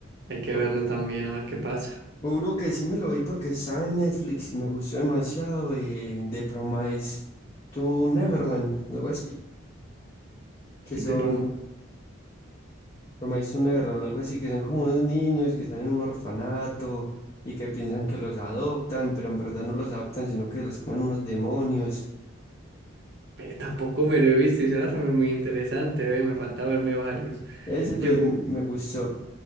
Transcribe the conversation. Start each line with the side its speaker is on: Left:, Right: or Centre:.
Right: Hay que
Left: O-
Right: verlo también, a ver qué pasa.
Left: Uno que sí me lo vi porque estaba en Netflix y me gustó demasiado, eh, The Promise to Neverland, algo así, que son
Right: De pro-
Left: o me hizo un error, algo así, que son como unos niños que están en un orfanato y que piensan que los adoptan, pero en verdad no los adoptan, sino que los comen unos demonios.
Right: eh, tampoco me lo he visto y suena también muy interesante, ve, me falta verme varios.
Left: Ese pues
Right: Yo, co-
Left: m- me gustó.